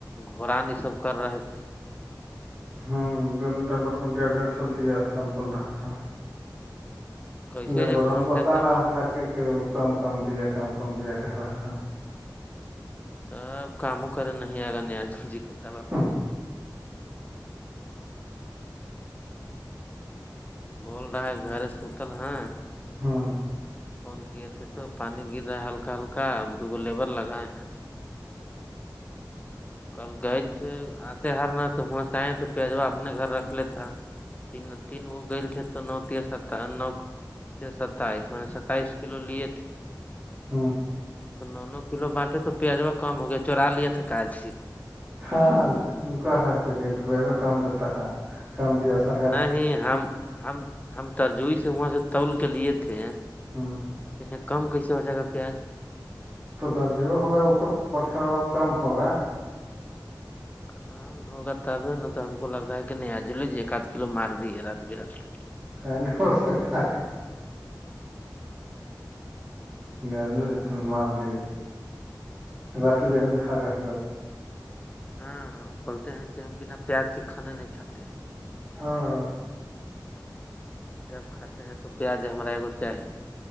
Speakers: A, on the left; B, on the right.
A: گھڑان یہ سب کر رہے تھے
B: ہوں دونوں ڈبل کو ڈیڑھ ڈیڑھ سو دیا تھا بول رہا تھا
A: کیسے
B: لیبر
A: جو گھم
B: ان کو
A: جاتا
B: سا
A: ہے
B: رہا تھا کہ کم کم دیا کم کم دیا کہ رہا تھا
A: تب کاموں کریں نہیں آگا ن آج جی کتا بابی
B: ہوں
A: سے سے بول رہا ہے گھر سوتل ہ
B: ہاں
A: فون کیے تھے تو پانی گر رہا ہلکا ہلکا اب دو گو لیبر لگائے ہیں کل گئے تھے آتے ہار نہ تو وہس آئےیں تو پیجوا اپنے گھر رکھ لیتا تین تین وہ گیل تھے تو نو تیا س نو ستائیس میں نے ستائیس کلو لیے تھے
B: ہاں
A: تو نو نو کلو بانٹے تو پیازوا کم ہو گیا چورا لیا تھا کچ سے
B: ہاں ہاںک رہتے کہ رپ جو کام دیتا ہے کام دیا ساھ
A: نہیں ہم ہم ہم ترجوی سے وہاں سے تول کے لیے تھے
B: ہ
A: د کم کیسے ہو جائے گا پیاز
B: تو درج ہوگا اس کا بٹخرا ہوا کم ہوگا
A: ہاں ہوگا تب ہے نا تو ہم کو لگتا ہے کہ نہیں آج لیجیے ایک آدھ کلو مار دیے رات ب رات کے
B: ک نہیں ہو سکتا ن مار دی رکھ لی ہ کھ کے ہم
A: ہاں بولتے ہیں کہ ہم بنا پیاز کے کھانے نہیں کھاتے ہیں
B: ہاں
A: جب کھاتے ہیں تو پیاز ہمارا ایگو چاہیے